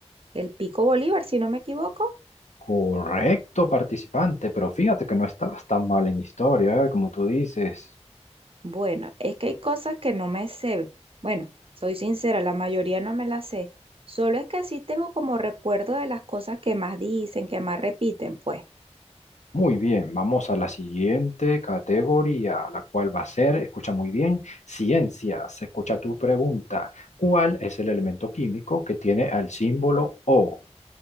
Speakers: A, on the right; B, on the left.
A: el Pico Bolívar, si no me equivoco.
B: Correcto, participante, pero fíjate que no estabas tan mal en historia, ¿eh? Como tú dices.
A: Bueno, es que hay cosas que no me sé. Bueno, soy sincera, la mayoría no me las sé. Solo es que sí tengo como recuerdo de las cosas que más dicen, que más repiten, pues.
B: Muy bien, vamos a la siguiente categoría, la cual va a ser, escucha muy bien, ciencias. Escucha tu pregunta. ¿Cuál es el elemento químico que tiene al símbolo O?